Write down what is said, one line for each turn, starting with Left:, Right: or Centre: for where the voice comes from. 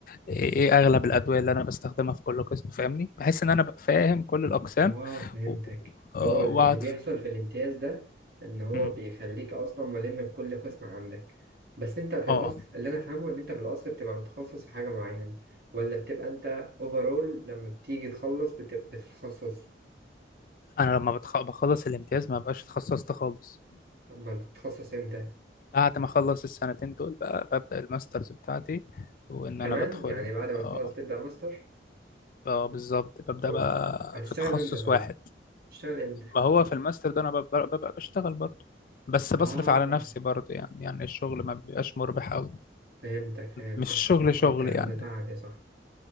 Left: ايه إيه اغلب الادويه اللي انا بستخدمها في كل قسم فاهمني بحس ان انا ببقى فاهم كل الاقسام
Right: اه فهمتك
Left: و- آه،
Right: هو ال-
Left: واقعد
Right: اللي بيحصل
Left: ف-
Right: في الامتياز ده ان هو
Left: مم.
Right: بيخليك اصلا ملم بكل قسم عندك بس انت في
Left: اه
Right: الاصل
Left: آه.
Right: اللي انا فاهمه ان انت في الاصل بتبقى متخصص في حاجة معينة ولا بتبقى انت اوفرول لما بتيجي تخلص بتبقى بتتخصص
Left: انا لما بتخ- بخلص الامتياز ما بقاش اتخصصت خالص
Right: اما بتتخصص امتى
Left: بعد ما اخلص السنتين دول بقى ببدا الماسترز بتاعتي وان
Right: كمان
Left: انا بدخل
Right: يعني بعد ما
Left: اه
Right: تخلص تبدأ ماستر
Left: آه، بالظبط ببدا
Right: او
Left: بقى
Right: هتشتغل
Left: في تخصص
Right: امتى طيب
Left: واحد
Right: هتشتغل امتى
Left: ما هو في الماستر ده انا بب- ببقى بشتغل برضه بس بصرف
Right: اه
Left: على نفسي برضه يعني يعني الشغل ما بيبقاش مربح قوي
Right: فهمتك فهمتك
Left: مش الشغل
Right: يا عم
Left: شغل
Right: انت ده
Left: يعني
Right: تعب يا صاحبي